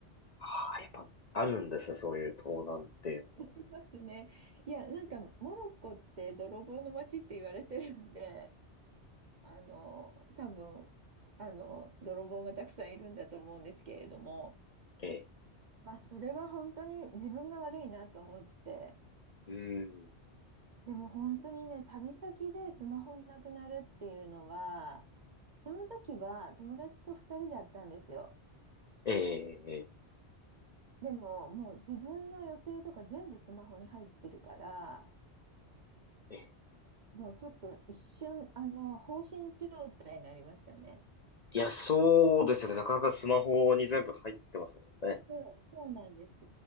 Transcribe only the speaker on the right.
ありますね。いや、なんかモロッコって泥棒の街って言われてるんで、あの、多分、あの、泥棒がたくさんいるんだと思うんですけれども、
まあ、それは本当に自分が悪いなと思って、
でも本当にね、旅先でスマホなくなるっていうのは、その時は友達と2人だったんですよ。
でも、もう自分の予定とか全部スマホに入ってるから、
もうちょっと一瞬、あの、放心状態になりましたね。
そう、そうなんです。